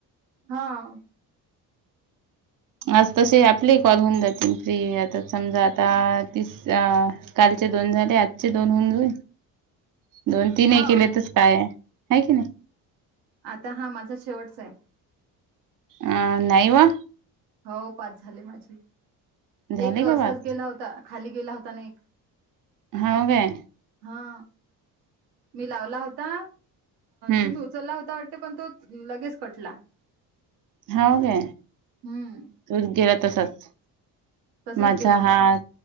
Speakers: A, on the right; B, on the right.
A: हा.
B: <inaudible> आज तसे आपले कॉल होऊन जातील फ्री आता समजा आता तीस काल आजचे दोन झाले आजचे दोन होऊन जा दोन तीन हे
A: हा
B: केले तर काय हाय की नाही?
A: आता हा माझा शेवटचा आहे.
B: हा नई ओ
A: हो पाच झाले माझी.
B: झाले
A: एक असाच
B: का बात
A: गेला होता खाली गेला होता ना एक.
B: हा काय?
A: हा मी लावला होता
B: हम्म
A: तुम्ही उचलला होता वाट ते पण तो लगेच कटला.
B: हो गे
A: हम्म
B: तूच गेला तसाच
A: तसाच
B: माझा
A: गेला
B: हात.
A: तो